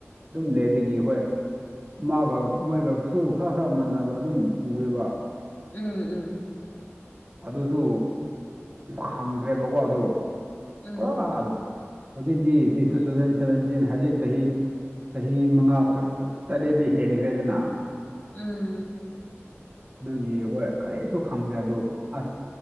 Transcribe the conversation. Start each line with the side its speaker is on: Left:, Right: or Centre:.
Right: ꯑꯗꯨꯝ ꯂꯩꯕꯒꯤ ꯍꯣꯏ ꯃꯥꯒ ꯃꯣꯏꯒꯁꯨ ꯈꯔ ꯈꯔ ꯃꯥꯟꯅꯕ ꯑꯗꯨꯝ ꯎꯌꯦꯕ꯫
Left: ꯎꯝ ꯎꯝ
Right: ꯑꯗꯨꯁꯨ ꯈꯪꯗ꯭ꯔꯦꯕꯀꯣ ꯑꯗꯨ
Left: ꯎꯝ
Right: ꯄꯨꯔꯥ ꯑ ꯍꯧꯖꯤꯗꯤ ꯇꯨ ꯊꯟ ꯁꯚꯦꯟꯇꯤꯟ ꯍꯧꯖꯤꯠ ꯆꯍꯤ ꯆꯍꯤ ꯃꯉꯥ ꯇꯔꯨꯛ ꯇꯔꯦꯠꯗꯤ ꯍꯦꯟꯈ꯭ꯔꯦꯗꯅ꯫
Left: ꯎꯝ
Right: ꯑꯗꯨꯒꯤ ꯍꯣꯏ ꯀꯔꯤꯁꯨ ꯈꯪꯗ꯭ꯔꯦ ꯑꯗꯨ ꯑꯁ